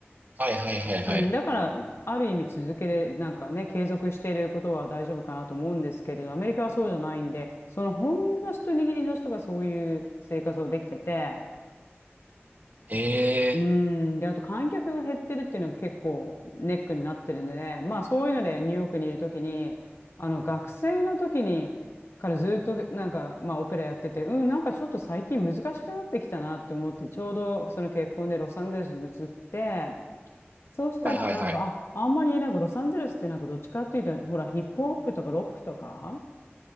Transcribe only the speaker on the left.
うん、だから、ある意味続けれ、なんかね、継続していることは大丈夫かなと思うんですけれど、アメリカはそうじゃないんで、そのほんの一握りの人がそういう生活をできてて、
うん。で、あと観客が減ってるっていうのが結構ネックになってるんでね。まあそういうのでニューヨークにいるときに、あの学生のときにからずっとなんかまあオペラやってて、うん、なんかちょっと最近難しくなってきたなって思って、ちょうどその結婚でロサンゼルスに移って、そうしたらなんか、
あ、あんまりなんかロサンゼルスってなんかどっちかっていうと、ほらヒップホップとかロックとか、